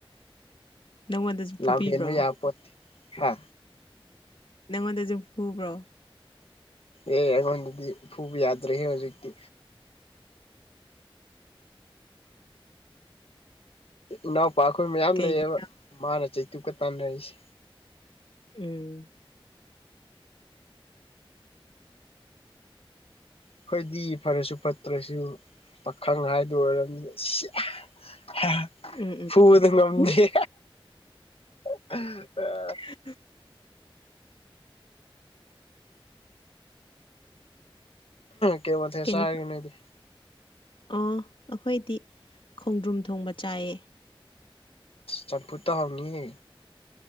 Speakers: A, on the left; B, on the left.
A: ꯅꯪꯉꯣꯟꯗꯁꯨ ꯐꯨꯕꯤꯕ꯭ꯔꯣ
B: ꯂ ꯌꯦꯕꯤ ꯌꯥ ꯄ ꯍꯥ
A: ꯅꯪꯉꯣꯟꯗꯁꯨ ꯍꯨꯕ꯭ꯔꯣ
B: ꯑꯦ ꯑꯩꯉꯣꯟꯗꯗꯤ ꯐꯨꯕ ꯌꯥꯗ꯭ꯔꯦꯍꯦ ꯍꯧꯖꯤꯛꯇꯤ ꯏꯅꯥꯎꯄꯥ ꯑꯩꯈꯣꯏ ꯃꯌꯥꯝ
A: ꯀꯩꯒꯤ
B: ꯂꯩꯌꯦꯕ ꯃꯥꯅ ꯆꯩꯇꯨꯛꯀ ꯇꯥꯟꯅꯔꯤꯁꯦ
A: ꯎꯝ
B: ꯑꯩꯈꯣꯏꯗꯤ ꯐꯔꯁꯨ ꯐꯠꯇ꯭ꯔꯁꯨ ꯄꯥꯈꯪ ꯍꯥꯏꯗꯨ ꯑꯣꯏꯔꯕꯅꯤꯗ
A: ꯎꯝ ꯎꯝ
B: ꯐꯨꯗ ꯂꯝꯗ
A: ꯍꯨꯝ
B: <inaudible>
A: <inaudible>
B: ꯀꯩ ꯋꯥꯊꯦ
A: ꯀꯩꯅꯣ
B: ꯆꯥꯔꯒꯦꯅꯦꯗꯤ
A: ꯑꯣ ꯑꯩꯈꯣꯏꯗꯤ ꯈꯣꯡꯗ꯭ꯔꯨꯝ ꯊꯣꯡꯕ ꯆꯥꯏꯌꯦ
B: ꯆꯝꯄꯨꯔꯠꯇ ꯍꯥꯎꯅꯤꯌꯦ